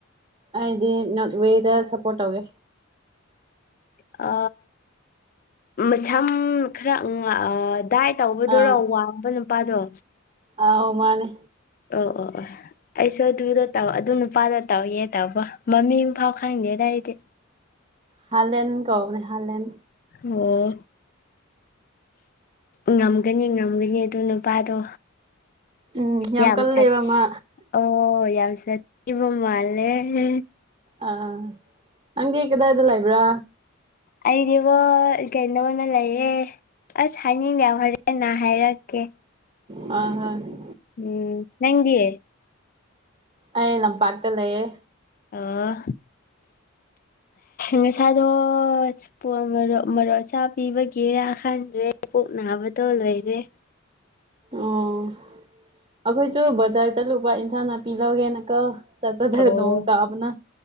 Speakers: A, on the right (about 30°); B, on the left (about 45°).
A: ꯑꯩꯗꯤ ꯅꯣꯔꯠ ꯋꯦꯗ ꯁꯞꯄꯣꯔꯠ ꯇꯧꯋꯦ
B: ꯑ ꯃꯁꯝ ꯈꯔ <unintelligible> ꯗꯥꯏ ꯇꯧꯕꯗꯨꯔꯣ
A: ꯑꯥꯎ
B: ꯋꯥꯡꯕ ꯅꯨꯄꯥꯗꯣ
A: ꯑꯥꯎ ꯃꯥꯅꯦ
B: ꯑꯣ ꯑꯣ ꯑꯣ ꯑꯩꯁꯨ ꯑꯗꯨꯗ ꯇꯧ ꯑꯗꯨ ꯅꯨꯄꯥꯗ ꯇꯧꯌꯦ ꯇꯧꯕ ꯃꯃꯤꯡ ꯐꯥꯎ ꯈꯪꯗꯦꯗ ꯑꯩꯗꯤ
A: ꯍꯂꯦꯟ ꯀꯥꯎꯕꯅꯦ ꯍꯂꯦꯟ
B: ꯑꯣ ꯉꯝꯒꯅꯤ ꯉꯝꯒꯅꯤ ꯑꯗꯨ ꯅꯨꯄꯥꯗꯣ
A: ꯎꯝ
B: ꯌꯥꯝ
A: ꯀꯜꯂꯦꯕ
B: ꯁꯥꯠꯊꯤ
A: ꯃꯥ
B: ꯑꯣ ꯌꯥꯝ ꯁꯥꯠ <unintelligible> ꯃꯥꯂꯦ
A: ꯑꯥ ꯅꯪꯗꯤ ꯀꯗꯥꯏꯗ ꯂꯩꯕ꯭ꯔꯥ
B: ꯑꯩꯗꯤꯒꯣ ꯀꯩꯅꯣꯅ ꯂꯩꯌꯦ ꯑꯁ ꯍꯥꯏꯅꯤꯡꯗꯦ ꯍꯣꯔꯦꯟꯅ ꯍꯥꯏꯔꯛꯀꯦ
A: ꯑ ꯍꯣꯏ
B: ꯎꯝ ꯅꯪꯗꯤ
A: ꯑꯩ ꯂꯝꯄꯥꯛꯇ ꯂꯩꯌꯦ
B: ꯑꯣ ꯉꯁꯥꯏꯗꯣ <unintelligible> ꯃꯔꯣꯛ ꯆꯥ ꯄꯤꯕꯒꯦꯔ ꯈꯟꯗ꯭ꯔꯦ ꯄꯣꯛ ꯅꯥꯕꯗꯣ ꯂꯣꯏꯔꯦ
A: ꯑꯣ ꯑꯩꯈꯣꯏꯁꯨ ꯕꯖꯥꯔ ꯆꯠꯂꯨꯕ ꯏꯟꯁꯥꯡ ꯅꯥꯄꯤ ꯂꯧꯒꯦꯅ ꯀꯣ ꯆꯠꯄꯗ
B: ꯑꯣ
A: ꯅꯣꯡꯇꯥꯕꯅ